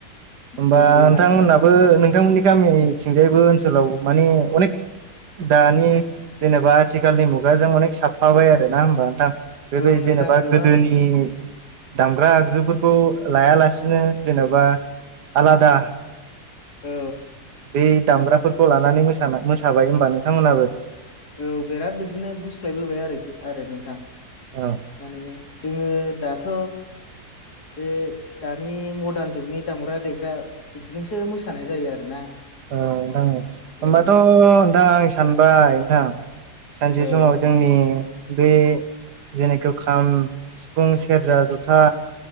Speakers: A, on the right; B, on the left.
A: होमबा
B: जोंबो
A: नोंथांमोनहाबो
B: माने
A: नोंथांमोननि गामिथिंजायबो ओनसोलाव माने अनेक दानि जेनेबा आथिखालनि मुगाजों अनेक साबफाबाय आरो ना होमबाा नोंथां बेबायदि
B: औ नोंथां
A: जेनेबा
B: गोबां
A: गोदोनि दामग्रा आगजुफोरखौ लायालासे बिदिनो जेन'बा आलादा
B: औ
A: बे दामग्राफोरखौ लानानै मोसा मोसाबाय होमबा नोंथांमोनहाबो
B: औ बिराद बिदिनो गुस्लायबोबाय आरोखि आरो नोंथां
A: औ
B: माने जोङो दाथ' बे दानि मडार्न जुगनि दामग्रा देग्रा बिदिजोंसो मोसानाय जायो आरोना
A: औ नोंथां होमबाथ'
B: औ
A: नोंथां आं सानबाय नोंथां सानसे
B: औ
A: समाव जोंनि बे जेेखि खाम सिफुं सेरजा जथा